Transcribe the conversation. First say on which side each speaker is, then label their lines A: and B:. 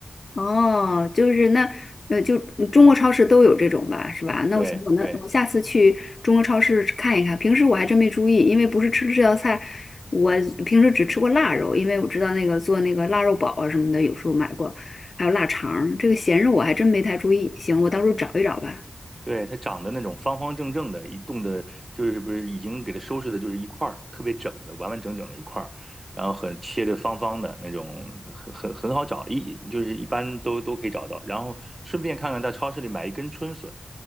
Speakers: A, on the left; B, on the right.
A: 哦，就是那，呃，就嗯中国超市都有这种吧，是吧？那我行，
B: 对对，
A: 我那我下次去中国超市看一看。平时我还真没注意，因为不是吃这道菜，我平时只吃过腊肉，因为我知道那个做那个腊肉煲啊什么的，有时候买过，还有腊肠儿这个咸肉我还真没太注意。行，我到时候找一找吧。
B: 嗯。对，它长得那种方方正正的，一冻的，就是不是已经给它收拾的，就是一块儿特别整的，完完整整的一块儿，然后很切的方方的那种，很很很好找，一就是一般都都可以找到。然后顺便看看到超市里买一根春笋，